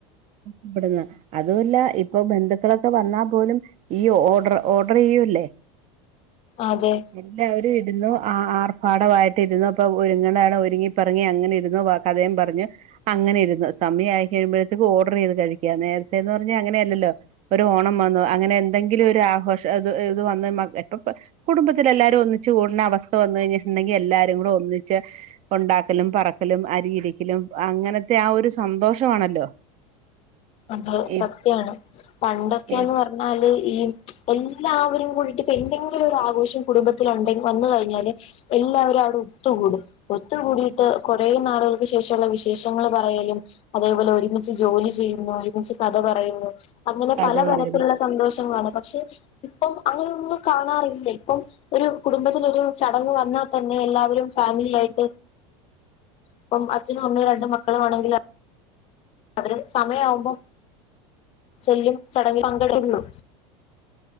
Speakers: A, on the right (about 45°); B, on the left (about 40°).
A: ഇവ്ടുന്ന് അതുവല്ല ഇപ്പൊ ബന്ധുക്കളൊക്കെ വന്നാ പോലും ഈ ഓഡ്ര് ഓഡ്ര് ചെയ്യല്ലേ
B: അതെ
A: എല്ലാവരും ഇരുന്നു ആ ആർഭാടമായിട്ട് ഇരുന്നു അപ്പൊ ഒരുങ്ങണാ ഒരുങ്ങിപ്പറങ്ങി അങ്ങനെ ഇരുന്നു വ കഥയും പറഞ്ഞ് അങ്ങനെ ഇരുന്നു സമയായി കഴുമ്പഴ്ത്തേക്ക് ഓ ഓഡ്രെയ്ത് കഴിക്കാ നേര്ത്തേന്ന് പറഞ്ഞ അങ്ങനെയല്ലല്ലോ ഒരു ഓണം വന്നു അങ്ങനെ എന്തെങ്കിലൊരാഘോഷം അത് ഇത് വന്ന് മക്കറ്റോ എപ്പ കുടുംബത്തിലെല്ലാരും ഒന്നിച്ച് കൂടുന്ന അവസ്ഥ വന്നു കഴിഞ്ഞിട്ടുണ്ടെങ്കി എല്ലാരും കൂടെ ഒന്നിച്ച് ഒണ്ടാക്കലും പറക്കലും അരിയിരിക്കലും അങ്ങനത്തെ ആ ഒരു സന്തോഷമാണല്ലോ
B: അത്
A: ഈ
B: സത്യാണ് പണ്ടൊക്കേന്ന്
A: ഈ
B: പറഞ്ഞാല് ഈ എല്ലാവരും കൂടിട്ട് ഇപ്പെന്തെങ്കിലും ഒരാഘോഷം കുടുംബത്തിലൊണ്ടെങ്കി വന്നു കഴിഞ്ഞാല് എല്ലാവരും അവിടെ ഒത്തുകൂടും ഒത്തുകൂടിയിട്ട് കുറെ നാളുകൾക്ക് ശേഷമൊള്ള വിശേഷങ്ങൾ പറയലും അതേപോലെ ഒരുമിച്ച് ജോലി ചെയ്യുന്നു ഒരുമിച്ച് കഥ പറയുന്നു അങ്ങനെ
A: കഥ
B: പലതരത്തിലൊള്ള
A: പറയുന്നത്
B: സന്തോഷങ്ങളാണ് പക്ഷെ ഇപ്പം അങ്ങനൊന്നും കാണാറില്ല ഇപ്പം ഒരു കുടുംബത്തിലൊരു ചടങ്ങ് വന്നാ തന്നെ എല്ലാവരും ഫാമിലിയായിട്ട് ഇപ്പം അച്ഛനും അമ്മയും രണ്ട് മക്കളും വേണെങ്കിൽ അവരും സമയം ആവുംമ്പൊ ചെല്ലും ചടങ്ങിൽ പങ്കെടുക്കുള്ളു